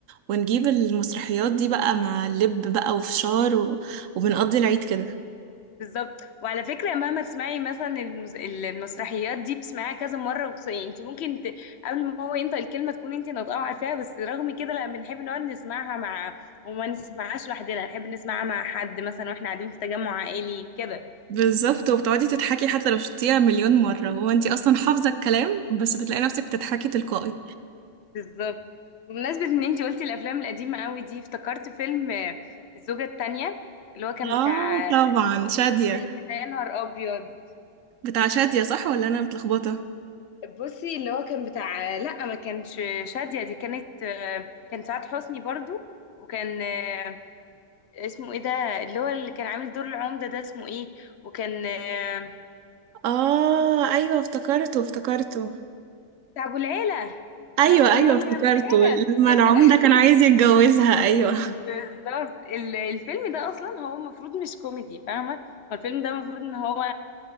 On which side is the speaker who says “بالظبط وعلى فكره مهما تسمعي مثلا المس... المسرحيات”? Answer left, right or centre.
Left